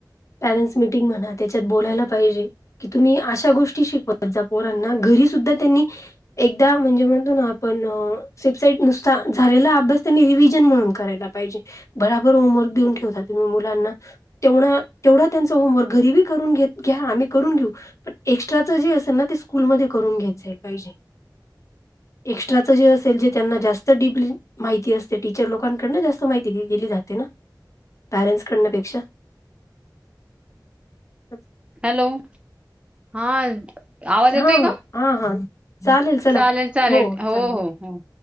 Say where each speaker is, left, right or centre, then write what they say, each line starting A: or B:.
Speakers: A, on the left; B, on the right.
A: पॅरेंट्स मिटिंग म्हणा त्याच्यात बोलायला पाहिजे. की तुम्ही अशा गोष्टी शिकवत जा पोरांना घरी सुुद्धा त्यांनी एकदा म्हणजे म्हणतो ना आपण सबसेट नुसता झालेला अभ्यास त्यांनी रिव्हजन म्हणून करायला पाहिजे बराबर होमवर्क देऊन ठेवता तुम्ही मुलांना. तेवढा, तेवढा त्यांचा होमवर्क घरीबी करून घेत घ्या आम्ही करून घेऊ. एक्स्ट्राच जे असेल ना ते स्कूलमध्ये करून घेत जाईल पाहिजे. एक्स्ट्राचं जे असेल जे त्यांना जास्त डिपली माहिती असते टीचर लोकांकडन जास्त माहिती दिली जाते ना पॅरेंट्स कडण्यापेक्षा. <inaudible>
B: हॅलो! हा आवाज येतोय
A: हा हा
B: का?
A: हा हा, चालेल चला
B: चालेल चालेल
A: हो चालते.
B: हो हो.